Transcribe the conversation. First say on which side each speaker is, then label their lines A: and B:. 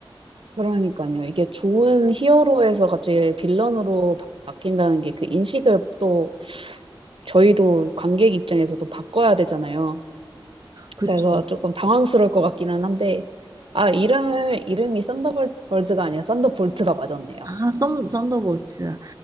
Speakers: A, on the right; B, on the right.
A: 그러니까요. 이게 좋은 히어로에서 갑자기 빌런으로 바- 바뀐다는 게 그 인식을 또 저희도 관객 입장에서도 바꿔야 되잖아요.
B: 그쵸.
A: 그래서 조금 당황스러울 것 같기는 한데, 아, 이름을, 이름이 썬더볼즈가 아니라 썬더볼트가 맞았네요.
B: 아, 썬, 썬더볼트. 아,